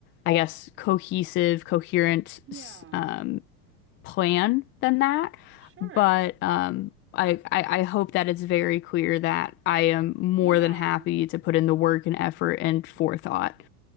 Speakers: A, on the left; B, on the right.
A: I guess, cohesive, coherent,
B: Yeah.
A: s- um, plan than that.
B: Sure.
A: But um, I, I, I hope that it's very clear that I am more
B: Yeah.
A: than happy to put in the work and effort and forethought.